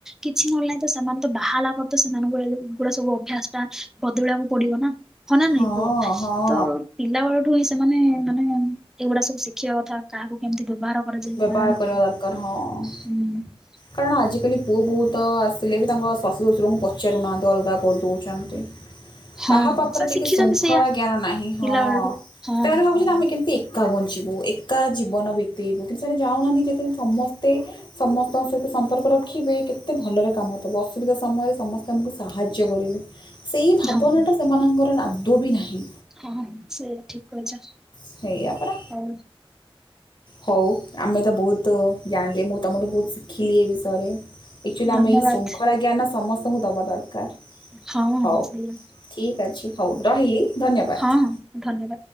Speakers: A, in the centre; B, on the left (about 50°).
A: କିଛି ନହେଲେ ନାଇଁ ତ ସେମାନେ ତ ବାହାରିଲା ପରେ ତ ସେମାନଙ୍କୁ ଗୁଡା ସବୁ ଅଭ୍ୟାସ ଟା ବଦଳିବାକୁ ପଡିବ ନା। ହନା ନା
B: ହଁ
A: ନାଇଁ କୁହ
B: ହଁ
A: ତ? ପିଲା ବେଳଠୁ ହିଁ ସେମାନେ ମାନେ ଏଇଗୁଡା ସବୁ ଶିଖିବା କଥା କାହାକୁ କେମିତି ବ୍ୟବହାର କରାଯାଏ
B: ବ୍ୟବହାର
A: କଣ
B: କରିବା ଦରକାର ହଁ।
A: ହୁଁ।
B: କାରଣ ଆଜିକାଲି ପୁଅ ବହୁ ତ ଆସିଲେ ବି ତାଙ୍କ ଶାଶୁ ଶ୍ୱଶୁରଙ୍କୁ ପଚାରୁନାହାନ୍ତି ଅଲଗା କରି ଦେଉଛନ୍ତି।
A: ହଁ
B: କାହା
A: ହଁ
B: ପାଖରେ
A: ସେ
B: ଟିକେ
A: ଶିଖିଛନ୍ତି
B: ଶୃଙ୍ଖଳା
A: ସେଇଆ
B: ଜ୍ଞାନ ନାହିଁ ହଁ
A: ପିଲା ବେଳଠୁ ହଁ
B: ସେମାନେ ଭାବୁଛନ୍ତି
A: ହଁ
B: ଆମେ କେମିତି ଏକା ବଞ୍ଚିବୁ ଏକା ଜୀବନ ବିତେଇବୁ କିନ୍ତୁ ସେମାନେ ଜାଣୁନାହାନ୍ତି ଯଦି ସମସ୍ତେ ସମସ୍ତେ ଆ ସହିତ ସମ୍ପର୍କ ରଖିବେ କେତେ ଭଲରେ କାମ ଦେବ ଅସୁବିଧା ସମୟରେ ସମସ୍ତେ ଆମକୁ ସାହାଯ୍ୟ କରିବେ। ସେଇ ଭାବନାଟା
A: ହଁ
B: ସେମାନଙ୍କର ଆଦୌ ବି ନାହିଁ।
A: ହଁ ସେୟା ଠିକ କହିଛ।
B: ସେୟା ପରା
A: ହଉ
B: ହଉ ଆମେ ତ ବହୁତ ତ ଜାଣିଲେ ମୁଁ ତମଠୁ ବହୁତ ଶିଖିଲି ଏ ବିଷୟରେ ଆକଚୁଆଲି
A: ଧନ୍ୟବାଦ
B: ଆମେ ଏହିଇ ଶୃଙ୍ଖଳା ଜ୍ଞାନ ସମସ୍ତଙ୍କୁ ଦେବା ଦରକାର।
A: ହଁ ହଁ
B: ହଉ
A: ସେଇଆ
B: ଠିକ୍ ଅଛି ହଉ ରହିଲି ଧନ୍ୟବାଦ।
A: ହଁ ହଁ ଧନ୍ୟବାଦ